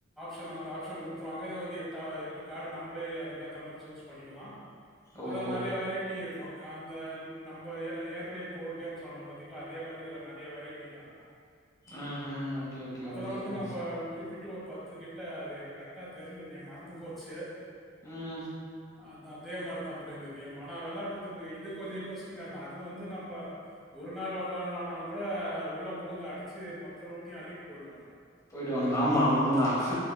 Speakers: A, in the centre; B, on the left.
A: டன் அந்த ஆப்ஷன் குத்ருவாங்க இதுல வந்து எத் ட்டா எட்டு காடு நம்பளே அதுக்கேத்த மார் ச்சூஸ் பண்ணிக்கிலா
B: ஓஹோ!
A: அதுல நற்யா வெரைட்டி இருக்கு அந்தன் நம்ப ஏற ஏற்கனே இப்போர் கேம் சொன்ன பாத்தீங்ளா அதே மாரி அல நெறையா வெரைட்டில்லா இர்க்கு
B: ம்ஹ்ம். ஓகே, ஓகே,
A: அதுல
B: ஓகே.
A: வந்து
B: ம்.
A: நம்ப குறிப்பிட் ட்டு ஒரு பத்து கிட்ட அது எனக் கரக்ட்டா தெர்ல நே மர் இந்து போச்சே
B: உம்
A: அதா அதே மாரிதா ப்ரோ இந்த கேம் ஆனா வெளாடுறதுக்கு இது கொஞ்சோ இன்ட்ரெஸ்டிங்கா இருக்கு அது வந்து நம்ப ஒரு நாள் விளாட்லனா கூட உள்ள புகுந்து அடிச்சு மொத்தலூட்டி அள்ளிட்டு போய்டுவானுங்க
B: போயிடுவானுங்க. ஆமா, உண்மதான்.
A: ஆமா